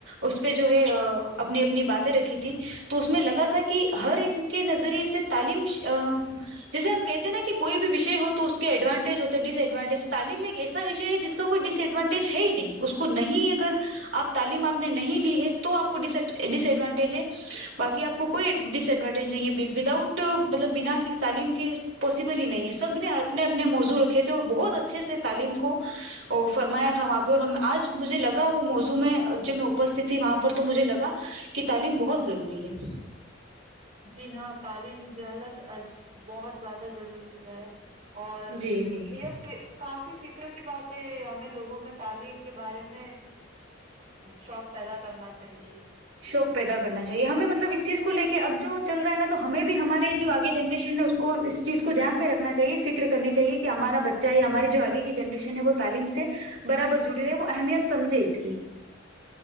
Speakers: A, on the right; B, on the right.
A: اس پہ جو ہے اپنی اپنی باتیں رکھی تھی تو اس میں لگا تھا کہ ہر ان کے نظریے سے تعلیم جیسے ہم کہتے ہیں نا کہ کوئی بھی وشے ہو تو اس کے ایڈوانٹیج ہوتے ڈس ایڈوانٹیج تعلیم ایک ایسا وشے ہے جس کا کوئی ڈس ایڈوانٹیج ہے ہی نہیں اس کو نہیں اگر آپ تعلیم آپ نے نہیں لی ہے تو آپ کو ڈس ایڈوانٹیج ہے باقی آپ کو کوئی ڈس ایڈوانٹیج نہیں ہے وداؤٹ مطلب بنا کہ تعلیم کے پاسبل ہی نہیں ہے سب نے اپنے اپنے موضوع رکھے تھے اور بہت اچھے سے تعلیم کو فرمایا تھا وہاں پہ اور آج مجھے لگا وہ موضوع میں جب میں اپستت تھی وہاں پر تو مجھے لگا کہ تعلیم بہت ضروری ہے
B: جی ہاں تعلیم جہلت بہت زیادہ ضروری ہے اور
A: جی جی
B: یہ پھر کافی فکر کی بات ہے ہمیں لوگوں میں تعلیم کے بارے میں شوق پیدا کرنا چاہیے
A: شوق پیدا کرنا چاہیے ہمیں مطلب اس چیز کو لے کے اب جو چل رہا ہے نا تو ہمیں بھی ہمارے جو آگے جنریشن ہے اس کو اس چیز کو دھیان میں رکھنا چاہیے فکر کرنی چاہیے کہ ہمارا بچہ ہے ہماری جو آگے کی جنریشن ہے وہ تعلیم سے برابر جڑی رہے وہ اہمیت سمجھے اس کی